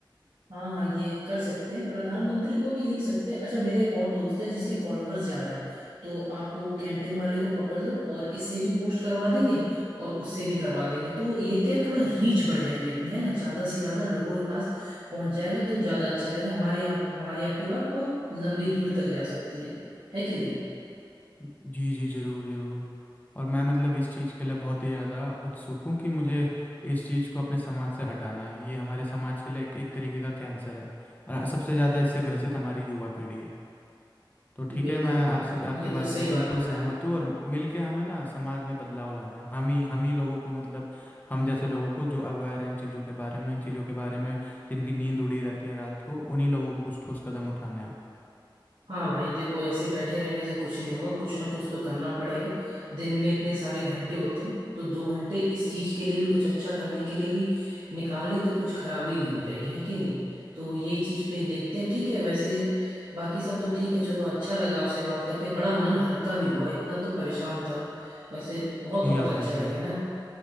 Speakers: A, on the right; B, on the left.
A: हाँ हाँ ये कर सकते हैं प्रधानमंत्री को भी लिख सकते हैं अच्छा मेरा एक और दोस्त है जिसकी फॉलोअर्स ज्यादा है तो आप वो कैंपेन वाले को पकड़ लो और इससे भी पोस्ट करवा देंगे और उससे भी करवा देंगे तो ये क्या है, थोड़ा रीच बढ़ जाएगी अपनी है ना ज्यादा से ज्यादा लोगों के पास पहुंच जाएगा तो ज्यादा अच्छा रहेगा हमारी आप हमारी आपकी बात बहुत लंबी दूर तक जा सकती है है कि नहीं
B: जी जी ज़रूर ज़रूर और मैं मतलब इस चीज़ के लिए बहुत ही ज़्यादा उत्सुक हूँ कि मुझे इस चीज़ को अपने समाज से हटाना है ये हमारे समाज के लिए एक, एक तरीके का कैंसर है और सबसे ज़्यादा इससे ग्रसित हमारी युवा पीढ़ी है तो ठीक
A: बिल्कुल
B: है मैं आपसे
A: बिल्कुल
B: आपकी
A: ये
B: बात
A: तो
B: से
A: सही
B: बिल्कुल
A: बात बोला
B: सहमत
A: है
B: हूँ और मिलके हमें ना समाज में बदलाव लाना है हम ही हम ही लोगों को मतलब हम जैसे लोगों को जो अवेयर है इन चीज़ों के बारे में इन चीज़ों के बारे में जिनकी नींद उड़ी रहती है रात को उन्हीं लोगों को कुछ ठोस कदम उठाने हैं
A: हाँ भाई देखो ऐसे बैठे रहने से कुछ नहीं होगा कुछ ना कुछ तो करना पड़ेगा दिन में इतने सारे घंटे होते हैं तो दो घंटे इस चीज के लिए भी कुछ अच्छा करने के लिए भी निकाल ले तो कुछ खराबी नहीं हो जाएगी है कि नहीं तो यही चीज पे देखते हैं ठीक है वैसे बाकी सब तो ठीक है चलो अच्छा लगा आपसे बात करके बड़ा मन हल्का भी हुआ इतना तो परेशान था वैसे बहुत
B: जी
A: बहुत
B: आकाश
A: अच्छा लगे
B: भाई
A: ना